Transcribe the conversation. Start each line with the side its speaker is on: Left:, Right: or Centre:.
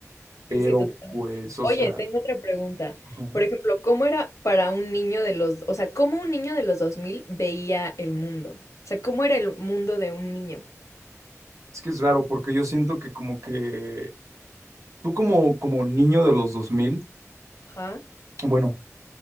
Left: Sí,
Right: pero
Left: sí, totalmente.
Right: pues, o
Left: Oye,
Right: sea,
Left: tengo otra pregunta.
Right: ajá.
Left: Por ejemplo, ¿cómo era para un niño de los, o sea, cómo un niño de los 2000 veía el mundo? O sea, ¿cómo era el mundo de un niño?
Right: Es que es raro porque yo siento que como que tú como, como niño de los dos mil
Left: Ajá.
Right: bueno,